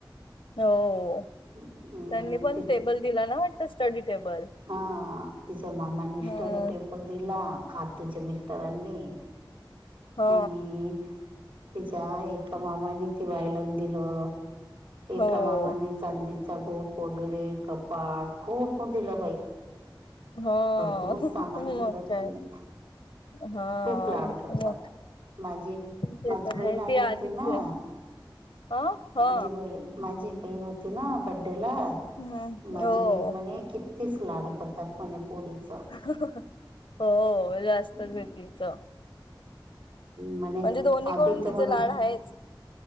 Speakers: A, on the left; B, on the right.
A: हो
B: अम
A: त्यांनी पण टेबल दिला ना वाटत, स्टडी टेबल?
B: हा हा तिच्या मामांनी
A: हम्म
B: स्टडी टेबल दिला, आतूच्या मिस्टरांनी.
A: हो
B: आणि तिच्या एका मामाने ते व्हायोलिन दिलं एका
A: हो
B: मामाने चांदीचा गोप वगैरे कपाट खूप दिला बाई.
A: हा
B: भरपूर सामान
A: मग
B: दिला
A: काय
B: त्यांनी.
A: हा
B: खूप लाड करतात.
A: मग
B: माझी
A: ते
B: माझी
A: तर
B: बहीण
A: आहे
B: आली
A: ती
B: होती
A: आधीच
B: ना
A: आहे अ हा
B: माझी बहीण माझी बहीण होती ना बड्डे ला
A: हम्म
B: माझी
A: हो
B: बहीण म्हणे कि तीच लाड करतात म्हणे पोरीचं.
A: हो, जास्तच
B: हम्म
A: आहे बाई तिचं.
B: म्हणे
A: म्हणजे दोन्हीकडून
B: अभी तर
A: तिचे
B: म्हण
A: लाड हायच?